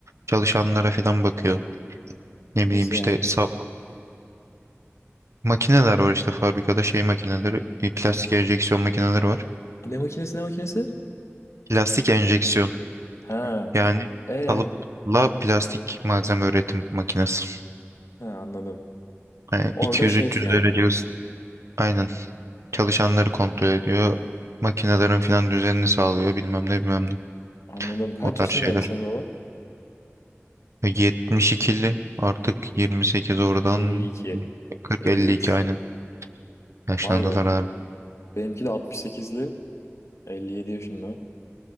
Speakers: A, on the right (about 75°); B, on the left (about 75°).
A: Çalışanlara filan bakıyor. Ne
B: Nasıl
A: bileyim işte
B: yani?
A: sap, makineler var işte fabrikada şey makineleri, e, plastik enjeksiyon makineleri var.
B: Ne makinesi ne makinesi?
A: Plastik enjeksiyon.
B: Ha.
A: Yani
B: E.
A: kalıpla plastik malzeme üretim makinesi.
B: Ha anladım.
A: Yani
B: Orada
A: 200-300
B: şef yani.
A: derece ısı. Aynen. Çalışanları kontrol ediyor. Makinelerin filan düzenini sağlıyor. Bilmem ne bilmem ne.
B: Anladım. Kaç
A: O tarz
B: yaşındaydı
A: şeyler.
B: senin baban?
A: Ve 72'li artık 28 oradan
B: 52,
A: 40-52
B: 53.
A: aynen. Yaşlandılar
B: Vay be.
A: abi.
B: Benimki de 68'li, 57 yaşında.